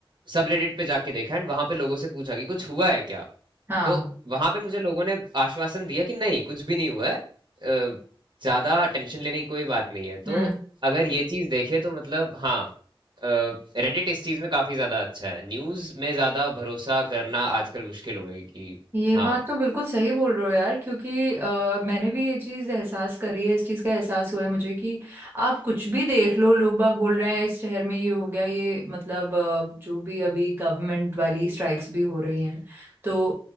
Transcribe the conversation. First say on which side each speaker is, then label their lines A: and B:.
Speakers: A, on the right; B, on the right.
A: सब रेडिट पे जाके देखा एंड वहां पे लोगों से पूछा कि कुछ हुआ है क्या
B: हाँ
A: तो वहां पे मुझे लोगों ने आश्वासन दिया कि नहीं कुछ भी नहीं हुआ है अ, ज्यादा टेंशन लेने की कोई बात नहीं है
B: हम्म
A: तो अगर ये चीज देखे तो मतलब हाँ रेडिट इस चीज में काफी ज्यादा अच्छा है न्यूज में ज्यादा भरोसा करना आजकल मुश्किल हो गया है कि
B: ये
A: हाँ
B: बात तो बिल्कुल सही बोल रहे हो यार क्योंकि अ, मैंने भी ये चीज़ एहसास करी है इस चीज़ का एहसास हुआ है मुझे कि आप कुछ भी देख लो लोग बाग बोल रहे हैं इस शहर में ये हो गया ये मतलब अ, जो भी अभी गवर्नमेंट वाली स्ट्राइक्स भी हो रही हैं तो